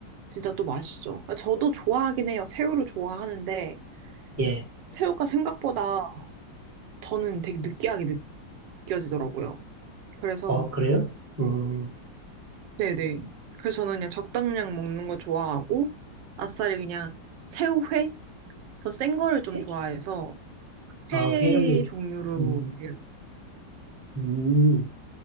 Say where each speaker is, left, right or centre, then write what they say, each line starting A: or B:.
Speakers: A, on the right; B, on the right.
A: 진짜 또 맛있죠. 아, 저도 좋아하긴 해요. 새우를 좋아하는데
B: 예.
A: 새우가 생각보다 저는 되게 느끼하게 느껴지더라고요. 그래서
B: 어, 그래요? 음,
A: 네네. 그래서 저는 그냥 적당량 먹는 거 좋아하고 아싸리 그냥 새우회? 저 센 거를 좀
B: 회?
A: 좋아해서
B: 아,
A: 회
B: 회를,
A: 종류로
B: 음,
A: 되게
B: 음.